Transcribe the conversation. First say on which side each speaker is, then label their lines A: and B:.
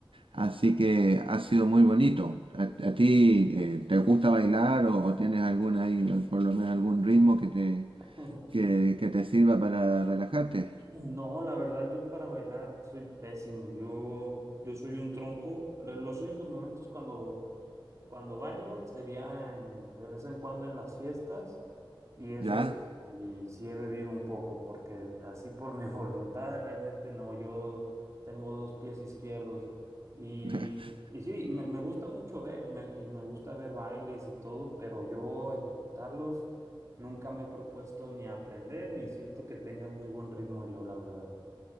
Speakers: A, on the right; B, on the right.
A: Así que ha sido muy bonito. ¿A, a ti eh, te gusta bailar o, o tienes algún ahí, por lo menos algún ritmo que te,
B: <laughs>
A: que, que te sirva para relajarte?
B: No, la verdad yo para bailar soy pésimo. Yo, yo soy un tronco. Lo- Los únicos momentos cuando Cuando bailo sería en- de vez en cuando en las fiestas y eso
A: ¿Ya?
B: sí, sí he bebido un poco porque así por mi <laughs> voluntad realmente no, yo tengo dos pies izquierdos y,
A: <laughs>
B: y sí, me, me gusta mucho ver me- y me gusta ver bailes y todo, pero yo ejecutarlos nunca me he propuesto ni aprender ni siento que tenga muy buen ritmo yo, la verdad.